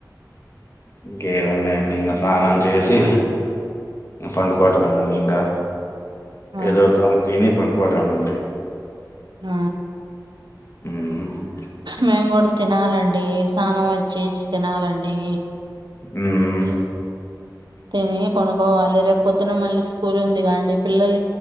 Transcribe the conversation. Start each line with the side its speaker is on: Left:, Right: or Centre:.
Left: ఇంకేమున్నాయండి ఇంక స్నానం చేసి పండుకోటమేనండి ఇంకా
Right: ఆ
Left: ఏదో త తిని పండుకోటమేనండి.
Right: ఆ
Left: మ్
Right: మేం గుడ్ తినాలండి స్నానం వచ్చేసి తినాలండి.
Left: మ్
Right: తిని పనుకోవాలి. రేప్ పొద్దున మళ్ళీ స్కూల్ ఉందిగా అండి పిల్లల్